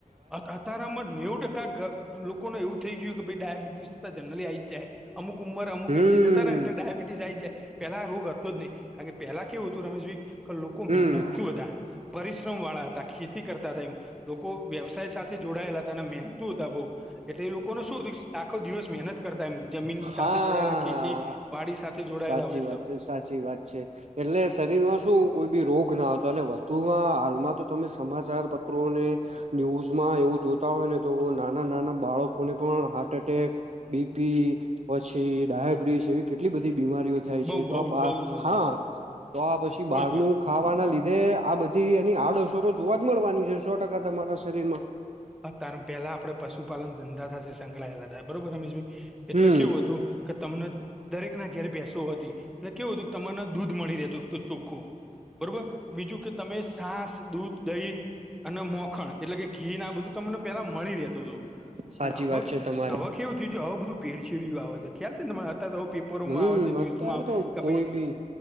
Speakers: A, in the centre; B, on the right.
A: અત અતારામાં નેવું ટકા ગ લોકોને એવું થઈ ગયું કે ભાઈ ડાયાબિટીસ તો જનરલી આવીજ જાહે, અમુક ઉંમર અમુક
B: હમ
A: એજે અત્યારે ડયાબિટીસ આઇ જાય પેલા આ રોગ હતો જ નહી કા કે પેલા કેવું હતું રમેશભાઈ. લોકો
B: હમ
A: મહેનત તું હતા પરિશ્રમ વાળા હતા ખેતી કરતા હતા એમ. લોકો વ્યવસાય સાથે જોડાયેલા હતા અને મહેનતું હતા બઉ એટલે એ લોકો ન શું આખો દિવસ મહેનત કરતા એમ જમીન
B: હા
A: સાથે જોડાયેલા ખેતી વાડી સાથે જોડાયેલા
B: સાચી
A: હોય એટલો.
B: વાત છે સાચી વાત છે. એટલે શરીરમાં શું કોઈ બી રોગ ના આવતો અને વધુમાં હાલમાં તો તમે સમાચારપત્રોને ન્યૂઝમાં એવું જોતા હોય ને તો નાના નાના બાળકોને પણ હાર્ટ એટેક બીપી પછી ડયાબિટીસ એવી કેટલી બધી બીમારીઓ થાય
A: બઉ
B: છે તો
A: બઉ
B: બા
A: બઉ જ હોય
B: હા
A: છે
B: તો આ પછી
A: કોઈ
B: બારનું
A: જ વાત
B: ખાવાના લીધું‌. એ આ બધી એની આડઅસરો જોવા જ મળવાની છે સો ટકા તમારા શરીર માં.
A: અ તાર પેલા આપડ પશુપાલન ધંધા થ સંકળાયેલા થ બરોબર રમેશભાઈ. એટલે
B: હમ
A: કેવું હતું કે તમને દરેક ના ઘેરે ભૈસો હતી. એટલે કેવું હતું તમને દૂધ મળી રે. તો ચોખ્ખું બરોબર બીજું કે તમે સાસ દૂધ દહી. અને મોખણ એટલે કે ઘીન આ બધું તમને પેલા મળી રહેતું હતું.
B: સાચી
A: અને આવક
B: વાત છે તમારી
A: આવક એવું થયું છે હવે બધું ભેડછીડયું આવે છે ક્યાં થી તમારે છે ને તો. પરોમાં
B: હમ
A: આવે જો ન્યુઝમાં
B: અત્યારે તો
A: કબી.
B: કોઈ બી